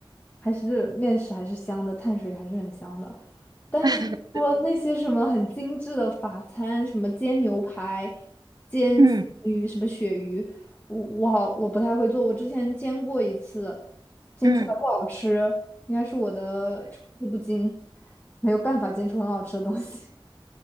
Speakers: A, on the left; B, on the right.
A: 还是面食还是香的，碳水还是很香的。但是除了那些什么很精致的法餐，
B: <laughs>
A: 什么煎牛排、煎三文鱼、
B: 嗯
A: 什么鳕鱼，我我我不太会做。我之前煎过一次，煎出来不好吃，
B: 嗯。
A: 应该是我的厨艺不精，没有办法煎出很好吃的东西。